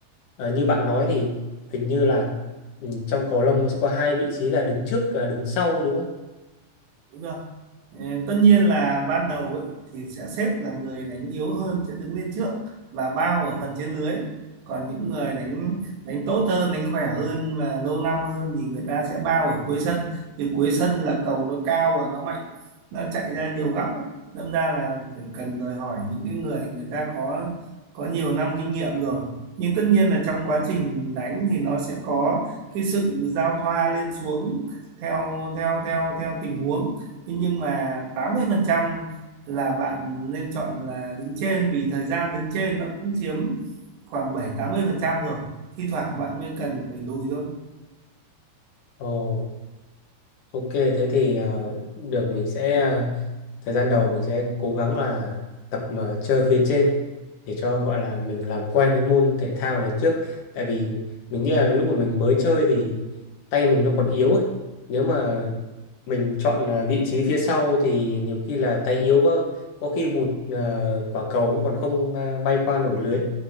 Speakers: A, on the left; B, on the right.
A: ờ, như bạn nói thì hình như là ừ, trong cầu lông nó sẽ có hai vị trí là đứng trước và đứng sau đúng không?
B: đúng rồi Ừ, Tất nhiên là ban đầu ấy, thì sẽ xếp là người đánh yếu hơn sẽ đứng lên trước và bao ở phần trên lưới còn những người đánh đánh tốt hơn đánh khỏe hơn và lâu năm hơn thì người ta sẽ bao ở cuối sân vì cuối sân là cầu nó cao và nó mạnh nó chạy ra nhiều góc ấy. Đâm ra là phải cần đòi hỏi những cái người người ta có có nhiều năm kinh nghiệm rồi nhưng tất nhiên là trong quá trình đánh thì nó sẽ có cái sự giao thoa lên xuống theo theo theo theo tình huống Thế nhưng mà 80% là bạn nên chọn là đứng trên vì thời gian đứng trên nó cũng chiếm khoảng bảy tám mươi phần trăm rồi. Thi thoảng bạn mới cần phải lùi thôi.
A: Ồ, ok thế thì ờ, được mình sẽ ờ, thời gian đầu mình sẽ cố gắng là tập mà chơi phía trên để cho gọi là mình làm quen với môn thể thao này trước tại vì mình nghĩ là lúc mà mình mới chơi thì tay mình nó còn yếu ấy. Nếu mà mình chọn à, vị trí phía sau thì nhiều khi là tay yếu quá có khi vụt à, quả cầu nó còn không à, bay qua nổi lưới